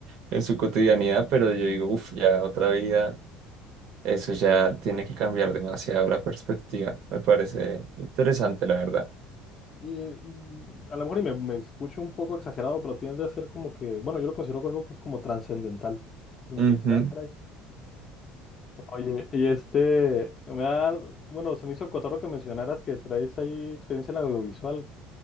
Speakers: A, on the right (about 60°); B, on the left (about 30°).
A: en su cotidianidad, pero yo digo, uff, ya otra vida. Eso ya tiene que cambiar demasiado la perspectiva. Me parece interesante, la verdad.
B: y, mm, a lo mejor y me, me escucho un poco exagerado, pero tiende a ser como que, bueno, yo lo considero algo como trascendental. Es como
A: Ujú.
B: que dices, ah, caray. Oye, y este, me da, bueno, se me hizo cotorro que mencionaras que traes ahí experiencia en audiovisual.